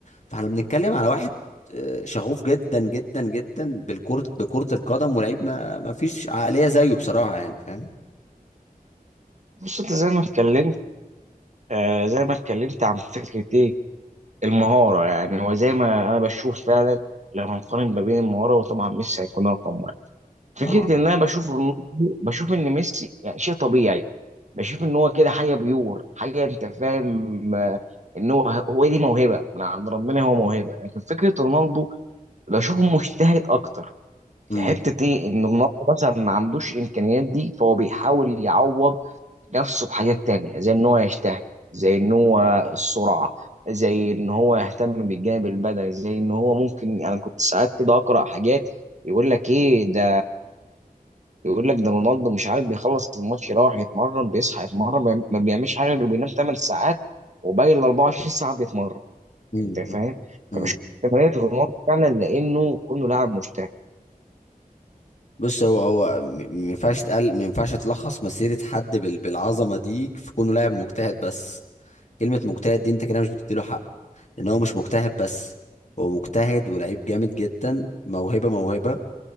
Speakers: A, on the left; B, on the right.
A: فاحنا بنتكلم على واحد آه، شغوف جدا جدا جدا بالكرة بكرة القدم ولعيب ما ما فيش عقلية زيه بصراحة يعني فاهم
B: بص انت زي ما اتكلمت آه زي ما اتكلمت عن فكره ايه المهارة يعني هو زي ما أنا بشوف فعلا لما نقارن ما بين المهارة وطبعا ميسي هيكون رقم واحد فكرة
A: طبعا
B: إن أنا بشوف رونالدو- بشوف إن ميسي يعني شيء طبيعي بشوف إن هو كده حاجة بيور حاجة أنت فاهم آه، إن هو هو دي موهبة من عند ربنا هو موهبة لكن فكرة رونالدو بشوفه مجتهد أكتر في
A: امم
B: حتة إيه إن رونالدو مثلا ما عندوش الإمكانيات دي فهو بيحاول يعوض نفسه بحاجات تانية زي ان هو يجتهد زي ان هو السرعة زي ان هو يهتم بالجانب البدني زي ان هو ممكن انا يعني كنت ساعات كده اقرا حاجات يقول لك ايه ده يقول لك ده رونالدو مش عارف بيخلص الماتش يروح يتمرن بيصحى يتمرن ما ما بيعملش حاجه غير بينام 8 ساعات وباقي ال 24 ساعه بيتمرن
A: امم
B: انت فاهم؟
A: امم، امم.
B: فبشوف تمرينات رونالدو فعلا لانه كونه لاعب مجتهد
A: بص هو هو م- ما ينفعش تقل ما ينفعش تلخص مسيرة حد بال... بالعظمة دي في كونه لاعب مجتهد بس كلمة مجتهد دي انت كده مش بتديله حقه لان هو مش مجتهد بس هو مجتهد ولعيب جامد جدا موهبة موهبة